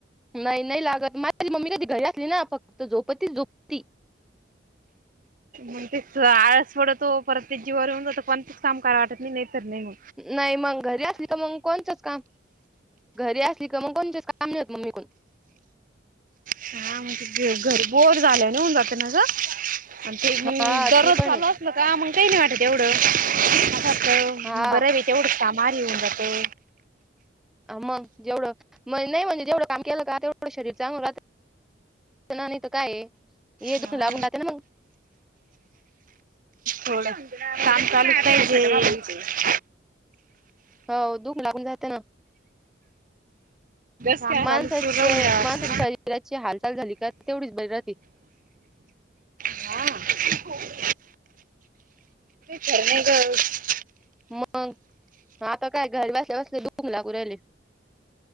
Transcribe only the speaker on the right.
मग तेच आळस पडतो परत ते जीवर येऊन ज कोणतच काम कराय वाटत नाही नाही तरर नाहीग
हां म्हणज घ घरबोर झालं नाऊन जात नाग आणि ते मग
दररोज
चालू
अस ना का मग काही नाही वाटत तेवढं असआसत
बरे बच्या उडसामार येऊन जातो
हा
थोडं काछम चालू का
काम
चालूच राहून द्यावं वाटतं.
हा चार्मग